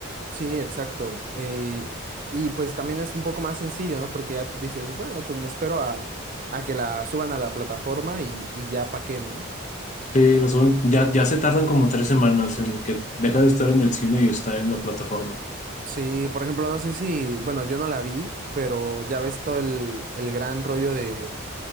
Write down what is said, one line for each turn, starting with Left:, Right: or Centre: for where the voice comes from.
Right: sí, exacto. Eh, y pues también es un poco más sencillo, ¿no? Porque ya dices, bueno, pues me espero a, a que la suban a la plataforma y, y ya pa' qué, ¿no?
Left: Sí, lo suben, ya, ya se tardan como tres semanas en que deja de estar en el cine y está en la plataforma.
Right: Sí, por ejemplo, no sé si, bueno, yo no la vi, pero ya ves todo el, el gran rollo de,